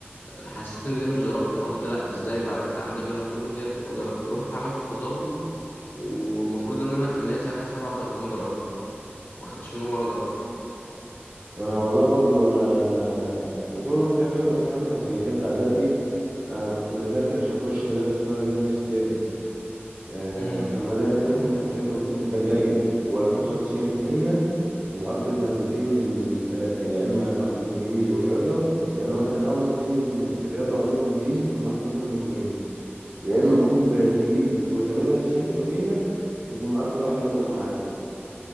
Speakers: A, on the left (about 60°); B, on the right (about 40°).
A: حسيت إن دي مش درجتي أنا قلت لأ إزاي بعد التعب ده كده كله دي تبقى درجتي رحت عملت تظلم والمفروض إن أنا كان ليا ساعتها 37 درجة ما خدتش منهم ولا درجة
B: أنا والله برضو أنا يعتبر مش زي كده بس أنا مثلا في تالتة إعدادي أنا كنت بذاكر عشان أخش مدرسة اسمها مدرسة ستيم آه،
A: امم
B: في المدارس دي مثلا كنت أنت المفروض تبقى جايب فوق الخمسة وتسعين في المية ومقفل مادتين من من التلاتة يا إما مقفل إنجليزي ورياضة يا إما مثلا لو مادتين من رياضة وعلوم وإنجليزي تكون مقفل منهم اتنين يا إما جوب
A: امم
B: تجيب فوق تمانية وتسعين في المية وتكون مقفل واحدة منهم عادي.